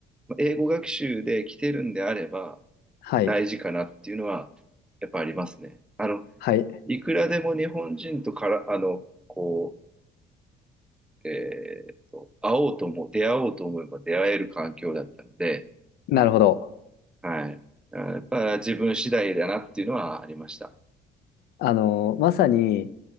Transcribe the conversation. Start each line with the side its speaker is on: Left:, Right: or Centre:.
Centre: まあ英語学習で来てるんであれば
Left: はい。
Centre: 大事かなっていうのは、やっぱありますね。あの、
Left: はい。
Centre: いくらでも日本人とから、あの、こう、えーっと、会おうとも、出会おうと思えば出会える環境だったので、
Left: なるほど。
Centre: はい。あやっぱ自分次第だなっていうのはありました。
Left: あの、まさに、